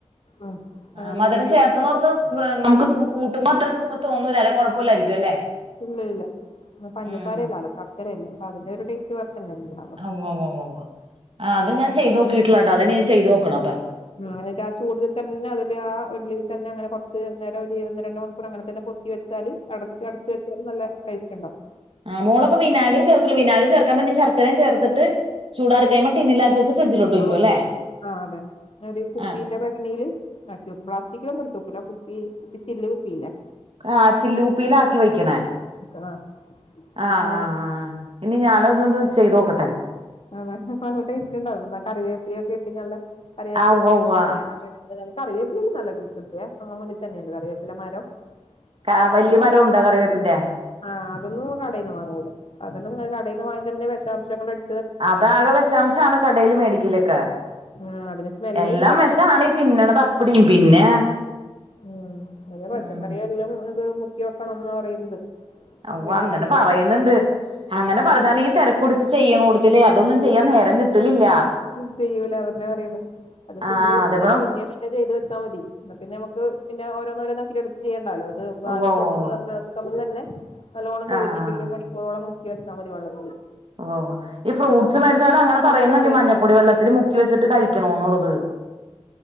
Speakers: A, on the left; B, on the right.
A: ഉം
B: ആഹ്
A: അങ്ങനെ
B: മധുരം
A: നല്ല ടേസ്റ്റ്
B: ചേർത്ത്ന്നോർത്ത് നമുക്ക് കൂട്ടുമ്പോ അത്ര തോന്നൂലാല്ലെ കൊഴപ്പയില്ലായിരിക്കും അല്ലെ
A: ഇല്ല ഇല്ല പിന്നെ പഞ്ചസാര
B: ഉം
A: അല്ലാല്ലോ ശർക്കരയല്ലേ അപ്പോ അതിന്റെ ആ ഒരു ടേസ്റ്റ് വേറെ തന്നെയല്ലേ ഇണ്ടാവാ
B: <unintelligible> ആഹ് അത് ഞാ ചെയ്തോക്കിയിട്ടില്ലട്ടോ അത് ഇനി ഞാൻ ചെയ്തോക്കണം അപ്പാ
A: ഉം എന്നിട്ട് ആ ചൂടില് തന്നെ അതിലാ ആ ഉരുളീ തന്നെ അങ്ങനെ കൊറച്ച് നേരം ഒര് ഒന്ന് രണ്ട് മണിക്കൂറ് അങ്ങനെത്തന്നെ പൊത് ത്തി വെച്ചാല് അടച് അടച്ച് വെച്ചാലും നല്ല ടേസ്റ്റ് ഇണ്ടാവും
B: ആഹ് മോളപ്പോ വിനാഗരി ചേർക്കൂല്ലാ വിനാഗരി ചേർക്കാണ്ടെന്നെ ശർക്കരയും ചേർത്തിട്ട് ചൂടാറി കഴിയുമ്പം ടിന്നിലാക്കി വെച്ച് ഫ്രിഡ്ജിലോട്ട്
A: ആഹ് വെക്കും
B: അല്ലേ
A: ആഹ് അതെ ഒരു കുപ്പീന്റെ
B: ആ
A: ഭരണീല് ആക്കി വെക്കും പ്ലാസ്റ്റിക്കിലൊന്നും എടുത്തെക്കൂല്ലാ കുപ്പി കുപ്പി ചില്ല് കുപ്പിയില്ലേ?
B: ആഹ് ചില്ല് കുപ്പിയിലാക്കി വെക്കണേ
A: ക്കും ആഹ്
B: ആഹ്
A: അതില്
B: ആഹ് ആഹ് ഇനി ഞാനതൊന്നൂടെ ചെയ്ത് നോക്കട്ടെ
A: അതെ നല്ല ടേസ്റ്റ് ഇണ്ടാവും കറിവേപ്പിലയൊക്കെ ഇട്ടിറ്റ് നല്ലെ കറിവേപ്പിലെൻ്റെ
B: ആ ഉവ്വ
A: <unintelligible>
B: ഉവ്വ
A: കറിവേപ്പിലയെല്ലം നല്ല കിട്ടുവേ നമ്മ മുന്നിത്തന്നെയുണ്ട് കറിവേപ്പില മരം
B: ആ
A: അതൊന്നും
B: വല്യ
A: <unintelligible>
B: മരം ഉണ്ടോ
A: വാങ്ങില്ലാ
B: കറിവേപ്പിന്റെ
A: ആഹ് അതൊന്നും കടേന്ന് വാങ്ങൂലാ അതെല്ലം കടേന്ന് വാങ്ങിയതന്നെ വെഷാംശങ്ങളടി
B: അതാകെ വെഷാംശമാണ് കടേല് മേടിക്കലൊക്കെ
A: ഉം അതില് സ്മെല്ലേ
B: എല്ലാം
A: ഉണ്ടാവൂ
B: വെഷാണിപ് തിന്നണതപ്പിടിയും പിന്നെ
A: ഉം അതെ പച്ചക്കറിയെല്ലാം
B: ഉം
A: ഇത് മുക്കി വെക്കണെന്നാ പറയുന്നത്
B: ഔവ്വാ
A: വിനാഗിരി
B: അങ്ങനെ പറയുന്നുണ്ട് അങ്ങനെ
A: ഉം
B: പറഞ്ഞാല് ഈ തെരക്ക് പിടിച്ച് ചെയ്യണോടത്തില് അത് അതൊന്നും
A: ചെയ്യും
B: ചെയ്യാൻ നേരം കിട്ടലില്ല.
A: <unintelligible> ചെയ്യൂല അതന്നെ പറയുന്നു അത് ഫ്രിഡ്ജ്ൽ
B: ആ
A: വെക്ക
B: അതേപോലെ
A: <unintelligible> പിന്നെ ചെയ്ത് വെച്ചാ മതി ന്ന പിന്നെ നമ്മക്ക് പിന്നെ ഓരോന്നോരോന്നാക്കി എട് ചെയ്യണ്ടാലോ അത് വാങ്ങി
B: ഉവ്വ ഉവ്വ
A: കൊട്ത്തത്
B: ഉവ്വ
A: വ വ വക്കുമ്പോൾ തന്നെ നല്ലോണം കഴുകിട്ട്
B: ആ ആ
A: ഒരു മണി <unintelligible> ളം മുക്കി വെച്ചാ മതി വള്ളത്തില്.
B: ഓ ഓ ഈ ഫ്രൂട്ട്സ് മേട്ച്ചാലും അങ്ങനെ
A: സ്മെല്ലുള്ള
B: പറയുന്നുണ്ട്
A: കറിവേപ്പില
B: മഞ്ഞ പൊടി വെള്ളത്തില് മുക്കി വെച്ചിട്ട് കഴിക്കണോന്നുള്ളത്